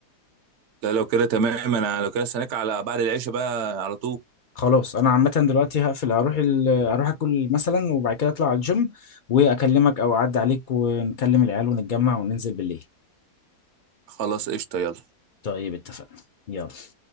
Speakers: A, on the right (about 65°); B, on the left (about 85°).
A: لا لو كده تمام انا لو كده استناك على بعد العشاء بقى على طول
B: خلاص انا عامة دلوقتي هقفل هروح ال... هروح اكل مثلا وبعد كده اطلع على الجيم واكلمك او اعدي عليك ونكلم العيال ونتجمع وننزل بالليل
A: خلاص قشطه يلا
B: طيب اتفقنا يلا